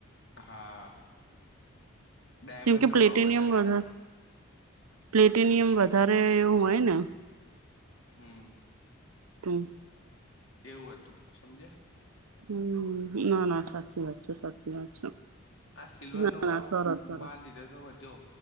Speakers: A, on the left; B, on the right.
A: હા ડાયમંડ
B: કેમકે
A: નો
B: પ્લેટનિયમ
A: ભાવ
B: વધારે,
A: આવ્યો
B: પ્લેટનિયમ વધારે એવું હોય ને
A: હમ
B: હુ
A: એવું હતું, સમજ્યા
B: હુ ના ના સાચી વાત છે, સાચી વાત છે.
A: આ સિલ્વરનો
B: ના
A: ભાવ
B: ના સરસ સરસ
A: મા લીધે તો વધ્યો.